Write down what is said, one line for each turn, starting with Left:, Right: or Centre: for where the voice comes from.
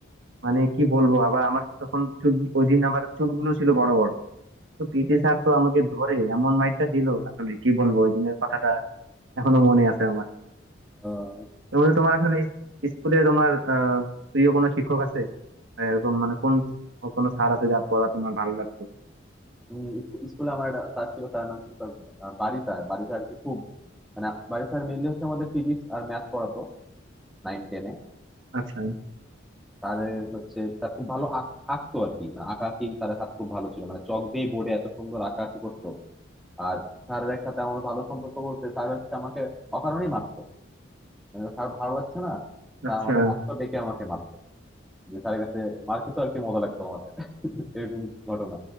Right: মানে কি বলবো আবার আমার তখন চুল ওই দিন আমার চুলগুলো ছিল বড় বড় তো পিটি স্যার তো আমাকে ধরে এমন মাইরটা দিল আসলে কি বলবো ওই দিনের কথাটা এখনো মনে আছে আমার
Centre: আহ,
Right: তোমার তোমার আসলে স্কুলে তোমার আহ প্রিয় কোনো শিক্ষক আছে আহ, এরকম মানে কোন কোনো স্যার আছে যার পড়া তোমার ভালো লাগতো
Centre: উম, স্কু- স্কুলে আমার একটা স্যার ছিল স্যারের নাম ছিল sir Bari sir Bari sir কি খুব মানে বারি স্যার মেনলি হচ্ছে আমাদের ফিজিক্স আর ম্যাথ পড়াতো নাইন টেনে
Right: আচ্ছা
Centre: তাদের হচ্ছে তার খুব ভালো আঁক আঁকতো আর কি মানে আঁকাআঁকি তাদের হাত খুব ভালো ছিল মানে চক দিয়ে বোর্ডে এত সুন্দর আঁকাআঁকি করতো আর স্যারের এক সাথে আমার ভালো সম্পর্ক বলতে স্যার হচ্ছে আমাকে অকারণেই মারতো মানে স্যার ভালো লাগছে না স্যার
Right: আচ্ছা
Centre: আমাকে ডাকতো ডেকে আমাকে মারতো যে স্যারের কাছে মার খেতে আর কি মজা লাগতো আমাদের <laughs> এরকম ঘটনা